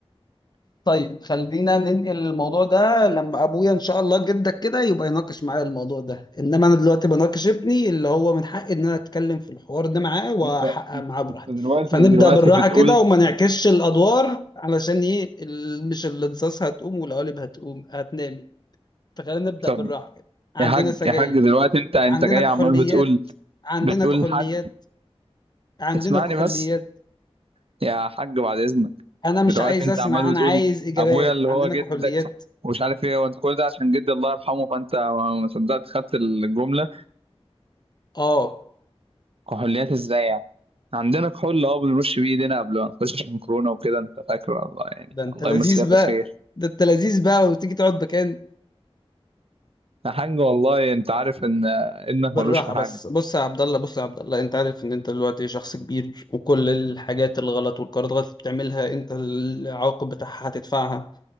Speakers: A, on the left; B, on the right.
A: طيب خلينا ننقل الموضوع ده لما ابويا ان شاء الله جدك كده يبقى يناقش معايا الموضوع ده انما انا دلوقتي بناقش ابني اللي هو من حقي ان انا اتكلم في الحوار ده معاه واحقق
B: انت انت
A: معاه براحتي
B: دلوقتي
A: فنبدا
B: دلوقتي
A: بالراحه
B: بتقول
A: كده وما نعكسش الادوار علشان ايه ال- مش الانصاص هتقوم والقوالب هتقوم هتنام يعني. فخلينا نبدا
B: طب
A: بالراحه كده عندنا
B: يا حاج
A: سجاير
B: يا حاج دلوقتي انت انت
A: عندنا
B: جاي
A: كحوليات
B: عمال بتقول
A: عندنا
B: بتقول
A: كحوليات
B: الحاج
A: عندنا
B: اسمعني
A: كحوليات
B: بس يا حاج بعد اذنك
A: انا مش
B: دلوقتي
A: عايز
B: انت
A: اسمع
B: عمال بتقول
A: انا عايز اجابات
B: ابويا اللي
A: عندنا
B: هو جدك
A: كحوليات
B: ومش عارف ايه وانت كل ده عشان جدي الله يرحمه فانت ما ما صدقت خدت الجمله
A: اه
B: كحوليات ازاي يعني عندنا كحول اه بنرش بيه ايدينا قبل ما نخش عشان كورونا وكده انت فاكر الله يعني
A: ده انت
B: الله
A: لذيذ
B: يمسيها بالخير
A: بقى ده انت لذيذ بقى وتيجي تقعد مكان
B: يا حاج والله انت عارف ان ابنك
A: بالراحه
B: ملوش في حاجه
A: بس بص يا عبد الله بص يا عبد الله انت عارف ان انت دلوقتي شخص كبير وكل الحاجات الغلط والقرارات الغلط اللي بتعملها انت العواقب بتاعها هتدفعها